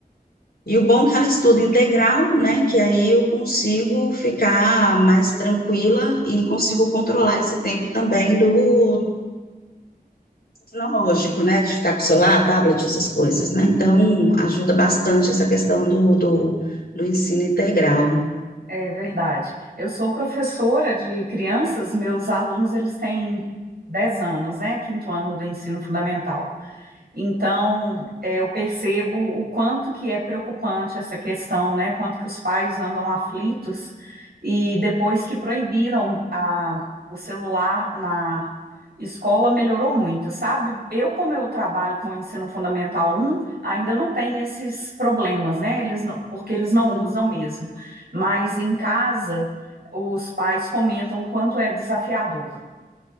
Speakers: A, on the left (about 70°); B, on the right (about 85°).
A: e o bom é que ela estuda integral, né? Que aí eu consigo ficar mais tranquila e consigo controlar esse tempo também do tecnológico, né? De ficar com o celular, tablet, essas coisas, né? Então, ajuda bastante essa questão do, do, do ensino integral.
B: É verdade. Eu sou professora de crianças, meus alunos eles têm 10 anos, né? Quinto ano do ensino fundamental. Então, é, eu percebo o quanto que é preocupante essa questão, né? Quanto que os pais andam aflitos e depois que proibiram a, o celular na escola melhorou muito, sabe? Eu, como eu trabalho com o ensino fundamental um ainda não tem esses problemas, né? Eles não- porque eles não
A: Sim.
B: usam mesmo. Mas em casa, os pais comentam o quanto é desafiador.